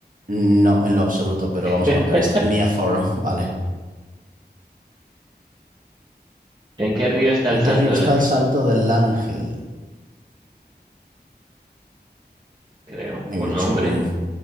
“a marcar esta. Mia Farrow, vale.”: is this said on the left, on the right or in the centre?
Right